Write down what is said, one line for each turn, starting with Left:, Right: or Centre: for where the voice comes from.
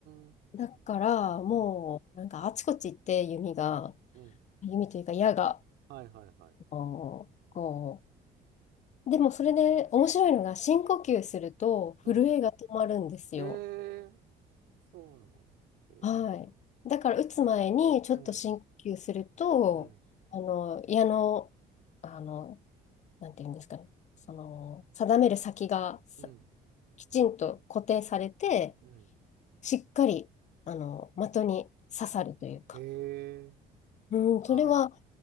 Right: ん、
Left: だから、もう、
Right: うん、
Left: なんかあちこち行って、弓が、
Right: うん、うん。
Left: 弓というか矢が、
Right: はいはいはい。
Left: あのこう。でも、それで面白いのが、深呼吸すると、
Right: うん。
Left: 震えが止まるんですよ。
Right: へえ、そうなの。へえ、
Left: はい。だから、打つ前に、ちょっと深呼吸すると、
Right: うん、うん、
Left: あの、矢の、あの、なんていうんですかね、その、定める先がさ
Right: うん、
Left: きちんと固定されて、
Right: うん。
Left: しっかり、あの、的に刺さるというか。
Right: へえ、
Left: うん、
Right: あ、
Left: それは